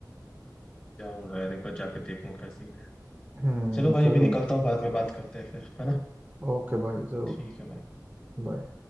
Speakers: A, on the left; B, on the right.
A: जाऊंगा यार एक बार जाके देखूंगा कैसी है
B: हम्म
A: चलो भाई
B: जरूर
A: अभी निकलता हूँ बाद में बात करते हैं फिर है ना
B: ओके भाई जरूर
A: ठीक है भाई
B: बाय